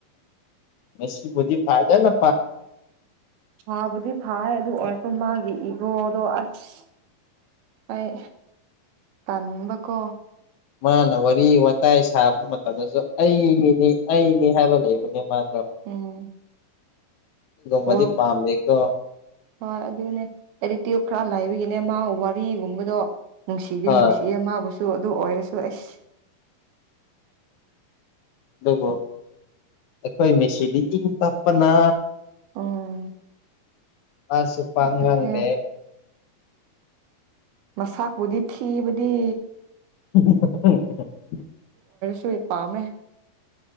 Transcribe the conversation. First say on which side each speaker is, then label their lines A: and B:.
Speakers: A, on the left; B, on the right.
A: ꯃꯕꯨꯗꯤ ꯐꯥꯏꯗ ꯅ
B: ꯍꯥꯥꯕꯨꯗꯤ ꯐꯥꯏ ꯑꯗꯨ ꯑꯣꯏꯔꯁꯨ ꯃꯥꯒꯤꯦ ꯏꯒꯣꯗꯣ ꯑꯁ ꯑꯩ ꯇꯅꯤꯡꯕꯀꯣ
A: ꯃꯥꯅ ꯋꯥꯔꯤ ꯋꯥꯋꯇꯥꯏ ꯁꯥꯕ ꯃꯇꯝꯗꯁꯨ ꯑꯩꯅꯤꯅꯤ ꯑꯩꯅꯤ ꯍꯥꯏꯕ ꯂꯩꯕ ꯑꯗꯨ ꯃꯥꯥꯡꯗꯣ
B: ꯎꯝ
A: ꯃꯗꯤ
B: ꯋꯥꯔꯛ
A: ꯄꯥꯝꯃꯦꯀꯣ
B: ꯍꯣꯏ ꯑꯗꯨꯅꯦ ꯑꯦꯗꯤꯇ꯭ꯌꯨꯠ ꯈꯔ ꯂꯥꯏꯕꯤꯒꯤꯅꯦ ꯃꯥꯒ ꯋꯥꯔꯤꯒꯨꯝꯕꯗꯣ ꯅꯨꯡꯁꯤꯗꯤ
A: ꯍꯣꯏ
B: ꯅꯨꯡꯁꯤꯌꯦ ꯃꯥꯕꯨꯁꯨ ꯑꯗꯨ ꯑꯣꯏꯔꯁꯨ ꯑꯦꯁ
A: ꯑꯗꯨꯕꯨ ꯑꯩꯈꯣꯏ ꯃꯁꯤꯗꯤ ꯏꯪ ꯇꯞꯄꯅ
B: ꯎꯝ
A: ꯑꯁꯨꯄꯉꯥꯡꯗꯦ
B: ꯑꯗꯨꯅꯦ ꯃꯁꯥꯄꯨꯗꯤ ꯊꯤꯕꯨꯗꯤ
A: <unintelligible>
B: ꯣꯏ ꯄꯥꯃꯦ